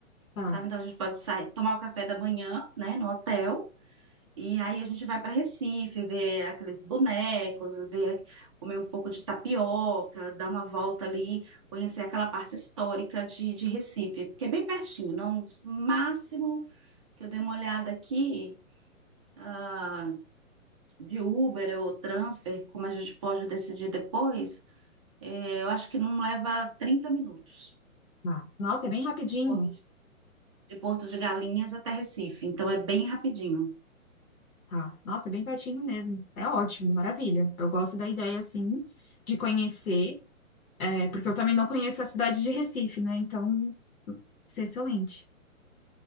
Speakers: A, on the left; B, on the right.
A: Tá,
B: sabe? Então a gente pode sair, tomar o café da manhã, né, no hotel, e aí a gente vai para Recife, ver aqueles bonecos, ver, comer um pouco de tapioca, dar uma volta ali, conhecer aquela parte histórica de, de Recife, porque é bem pertinho, não? Máximo que eu dei uma olhada aqui, ah, de Uber ou transfer, como a gente pode decidir depois, eh, eu acho que não leva 30 minutos
A: tá. Nossa, é bem rapidinho.
B: de Porto de, de Porto de Galinhas até Recife, então é bem rapidinho.
A: Tá. Nossa, é bem pertinho mesmo. É ótimo, maravilha. Eu gosto da ideia, assim, de conhecer, é, porque eu também não conheço a cidade de Recife, né? Então, isso é excelente.